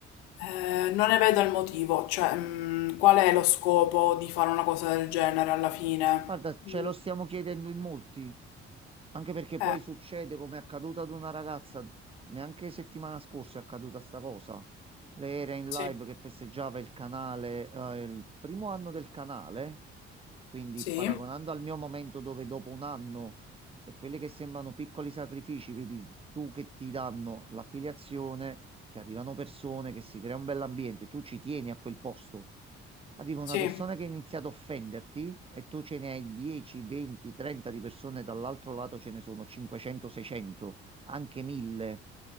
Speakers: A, on the left; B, on the right.
A: eh, non ne vedo il motivo, cioè mh, qual è lo scopo di fare una cosa del genere alla fine?
B: Guarda, ce
A: Mm,
B: lo stiamo chiedendo in molti, anche perché poi
A: Eh,
B: succede come è accaduto ad una ragazza, neanche settimana scorsa è accaduta sta cosa. Lei era in
A: sì,
B: live che festeggiava il canale, eh, il primo anno del canale, quindi
A: sì,
B: paragonando al mio momento dove dopo un anno e quelli che sembrano piccoli sacrifici, vedi tu che ti danno l'affiliazione, che arrivano persone, che si crea un bell'ambiente, tu ci tieni a quel posto. Arriva una
A: sì,
B: persona che ha iniziato a offenderti e tu ce ne hai 10, 20, 30 di persone, dall'altro lato ce ne sono 500, 600, anche 1000